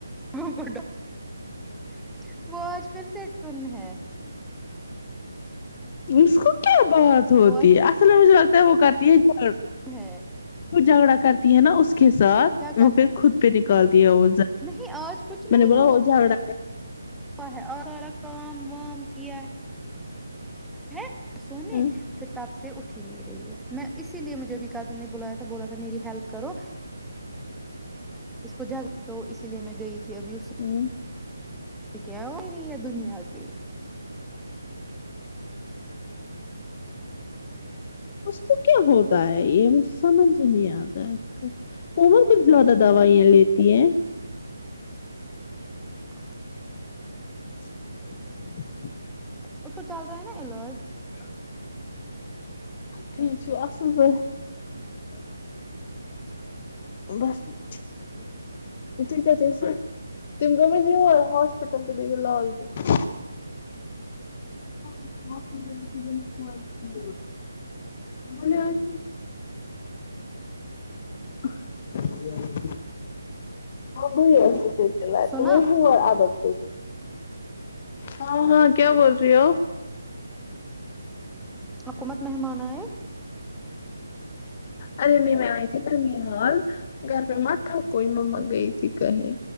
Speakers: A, in the centre; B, on the left.
A: <unintelligible> وہ آج پھر سےٹن ہے
B: اسکو کیا بات ہوتی
A: وہ
B: ہے اصل میں مجھے لگتا ہے وہ کرتے <unintelligible>
A: ہیں
B: جھگڑا کرتی ہے نا اس کے ساتھ
A: کرتی
B: وہ پھر خود پہ نکال دیا وہ
A: نہیں آج کچھ
B: میں
A: نہیں
B: نے بولا وہ جھگڑا
A: ہوا ہے اور سارا کام وام کیا ہے ہ سونے
B: ہاں
A: پھر تپ سے اٹھ اھی نہیں رہی ہے میں اسی لیے مجھے ابھی کزن نے بلایا تھا بولا تھا میری ہیلپ کرو اس کو جاگ تو اسی لیے میں گئی تھی اب یوسی
B: ہاں
A: کیا ہو رہی ہے دنیا کی
B: اس کو کیا ہوتا ہے یہ مجھے سمجھ ہی نہیں آتا ہے اس کا عمر کچھ زیادہ دوائیاں لیتی ہیں
A: اور
B: <inaudible>
A: اس کو چل رہا ہے نا علاج
B: <inaudible> ٹھیک چ اصل پ <inaudible>
A: <unintelligible>
B: ٹھیک ہے جیسے تم گ میںنے یور ہاسپٹل تو بییے گو لال چوک ا <inaudible> ہ ما ج بول <unintelligible> <inaudible> بال آس <inaudible> <unintelligible> گئی م
A: سنا
B: میں ہو آدب ہاں ہاں کیا بول رہی ہو بالکل
A: حکومت مہمان آئے
B: ارے نہیں میں آئی تھی نن حال گھر میں م تھا کوئی ما گئی تھی کہیں